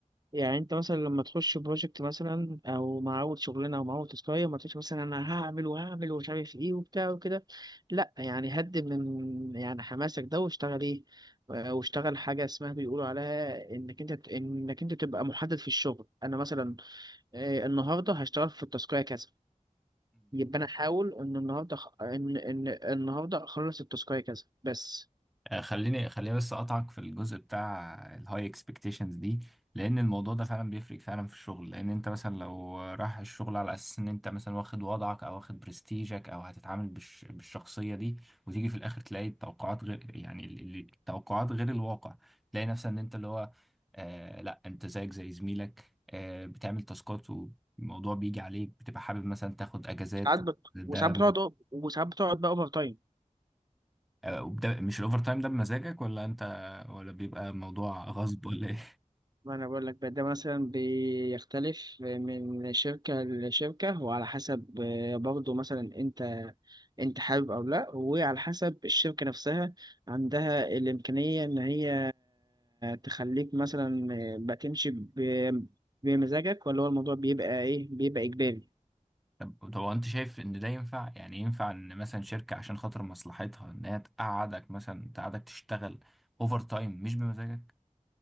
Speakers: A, on the right; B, in the centre.
A: يعني انت مثلا لما تخش بروجكت مثلا او مع اول شغلانه او مع اول تسكايه ما تقولش مثلا انا هعمل وهعمل ومش عارف ايه وبتاع وكده لا يعني هد من يعني حماسك ده واشتغل ايه آه، واشتغل حاجه اسمها بيقولوا عليها انك انت انك انت تبقى محدد في الشغل انا مثلا آه، النهارده هشتغل في التسكايه كذا يبقى انا احاول ان النهارده خ- ان ان النهارده اخلص التسكايه كذا بس
B: آه، خليني خليني بس اقطعك في الجزء بتاع الهاي اكسبكتيشنز دي لان الموضوع ده فعلا بيفرق فعلا في الشغل لان انت مثلا لو رايح الشغل على اساس ان انت مثلا واخد وضعك او واخد برستيجك او هتتعامل بالش... بالشخصيه دي وتيجي في الاخر تلاقي التوقعات غير يعني ال- ال- التوقعات غير الواقع تلاقي نفسك ان انت اللي هو آه لا انت زيك زي زميلك آه بتعمل تاسكات والموضوع بيجي عليك بتبقى حابب مثلا تاخد اجازات
A: ساعات بت...
B: ده
A: وساعات بتقعد وساعات بتقعد بقى اوفر تايم
B: آه، وبدا مش الاوفر تايم ده بمزاجك ولا انت ولا بيبقى موضوع غصب ولا ايه
A: ما انا بقول لك بقى ده مثلا بيختلف من شركة لشركة وعلى حسب آه، برضه مثلا انت انت حابب او لا وعلى حسب الشركة نفسها عندها الامكانية ان هي تخليك مثلا بتمشي ب- بمزاجك ولا هو الموضوع بيبقى ايه بيبقى اجباري
B: <laughs> طب طب هو انت شايف ان ده ينفع يعني ينفع ان مثلا شركة عشان خاطر مصلحتها ان هي تقعدك مثلا تقعدك تشتغل اوفر تايم مش بمزاجك